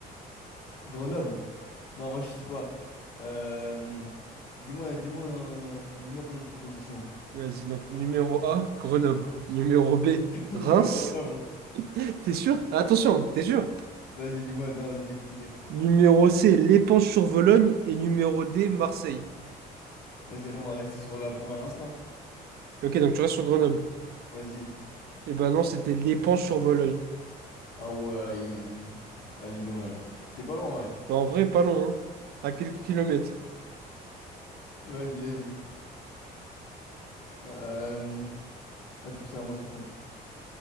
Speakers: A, on the left (about 75°); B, on the right (about 70°).
A: Grenoble. Non, en vrai, je sais pas. Euh, Dis-moi, dis-moi, un- dis-moi plein de propositions.
B: Vas-y, donc numéro A, Grenoble. Numéro B,
A: <laughs> Dis-moi
B: Reims.
A: Grenoble.
B: <laughs> T'es sûr? Attention, t'es sûr?
A: Vas-y, dis-moi. Non, vas-y, continue.
B: Numéro C, L'éponge-sur-Vologne. Et numéro D, Marseille.
A: Vas-y, on va rester sur la première instant.
B: Ok, donc tu restes sur Grenoble.
A: Vas-y.
B: Eh ben non, c'était L'éponge-sur-Vologne.
A: Ah ouais, ils ont- vas-y, dommage. J'étais pas loin, ouais.
B: Bah, en vrai, pas loin, hein. À quelques kilomètres.
A: Vas-y, vas-y. Euh, Ah, du coup, ça, moi, je suis con.